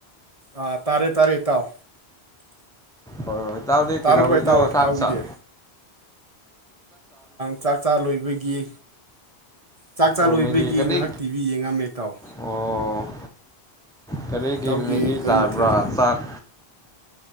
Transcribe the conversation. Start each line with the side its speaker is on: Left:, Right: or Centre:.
Right: ꯑꯥ ꯇꯥꯔꯦ ꯇꯥꯔꯦ ꯏꯇꯥꯎ
Centre: ꯍꯣꯏ ꯍꯣꯏ ꯇꯥꯎꯗꯤ
Right: ꯇꯥꯔꯕ
Centre: ꯀꯩꯗꯧꯔꯤꯅꯣ
Right: ꯏꯇꯥꯎ ꯏꯇꯥꯎꯒꯤꯗꯤ
Centre: ꯆꯥꯛ ꯆꯠ
Right: ꯆꯥꯛ ꯆꯥ ꯂꯣꯏꯕꯒꯤ ꯆꯥꯛ ꯆꯥꯂꯣꯏꯕꯒꯤ
Centre: ꯑꯣ ꯃꯦꯒꯤ ꯀꯔꯤ
Right: ꯉꯥꯏꯍꯥꯛ ꯇꯤꯚꯤ ꯌꯦꯡꯉꯝꯃꯦ ꯇꯥꯎ
Centre: ꯑꯣ ꯀꯔꯤꯒꯤ
Right: ꯏꯇꯥꯎꯗꯤ
Centre: ꯃꯦꯒꯤ
Right: ꯀꯔꯤ
Centre: ꯆꯥꯕ꯭ꯔꯥ
Right: ꯃꯊꯦꯜ
Centre: ꯆꯥꯛ